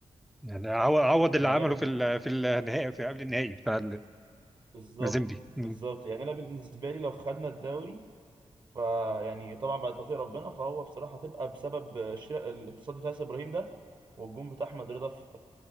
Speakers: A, in the centre; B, on the right (about 45°).
A: يعني عو- عوض اللي
B: يعني
A: عمله
B: انا بال-
A: في ال- في النهائي في قبل النهائي بتاع
B: بالظبط
A: المازيمبي مم.
B: بالظبط يعني انا بالنسبه لي لو خدنا الدوري فيعني طبعا بعد توفيق ربنا فهو بصراحه تبقى بسبب الشراء- الاتصال بتاع ياسر ابراهيم ده والجون بتاع احمد رضا في